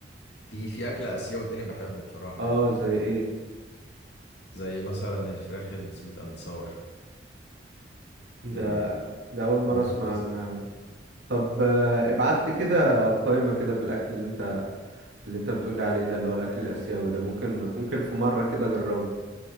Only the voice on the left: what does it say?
في في اكل اسيوي تاني بحبه بصراحه
يعني
زي مثلا الفراخ السويت اند ساور
إيه
النودلز.